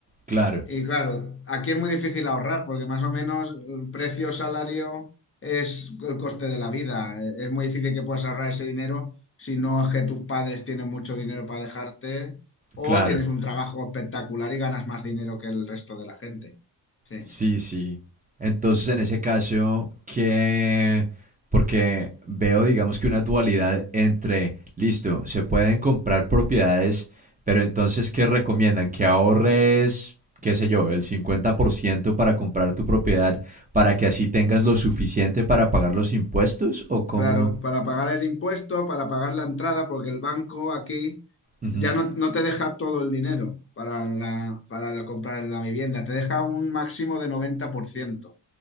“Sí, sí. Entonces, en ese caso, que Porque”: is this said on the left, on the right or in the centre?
Right